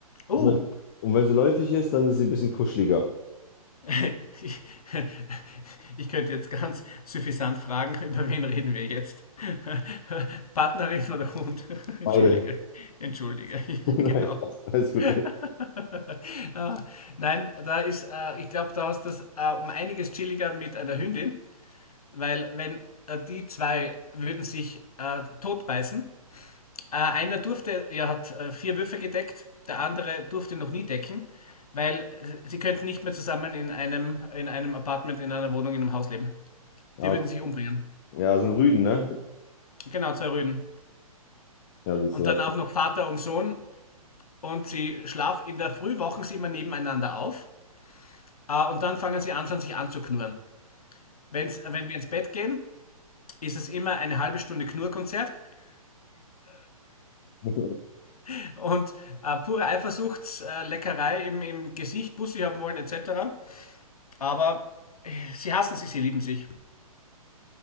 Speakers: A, on the left; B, on the left.
A: Oh,
B: Und wenn, und wenn sie läufig ist, dann ist sie ein bisschen kuscheliger.
A: <laughs> ich, <laughs> ich könnte jetzt ganz suffisant fragen, <laughs> über wen reden wir jetzt? <laughs> Partnerin oder Hund? <laughs> Entschuldige,
B: Beide.
A: entschuldige, <laughs> ja,
B: <laughs> Nein,
A: genau.
B: Spaß.
A: <laughs>
B: alles gut.
A: Ah, Nein, da ist, äh, ich glaube, da hast du es äh, um einiges chilliger mit einer Hündin, weil wenn äh, die zwei würden sich äh, totbeißen, Äh, einer durfte, er hat äh, vier Würfe gedeckt, der andere durfte noch nie decken, weil äh, sie könnten nicht mehr zusammen in einem, in einem Apartment, in einer Wohnung, in einem Haus leben.
B: Ja,
A: Die würden
B: okay.
A: sich umbringen.
B: Ja, sind Rüden, ne?
A: Genau, zwei Rüden.
B: Ja, siehst
A: Und
B: du, ja.
A: dann auch noch Vater und Sohn. Und sie schlafen in der Früh, wachen sie immer nebeneinander auf. Äh, und dann fangen sie an, schon sich anzuknurren. Wenn's, wenn wir ins Bett gehen, ist es immer eine halbe Stunde Knurrkonzert
B: <laughs>
A: <laughs> und äh, pure Eifersuchtsleckerei äh, im, im Gesicht, Bussi haben wollen etc. Aber Sie hassen sich, sie lieben sich.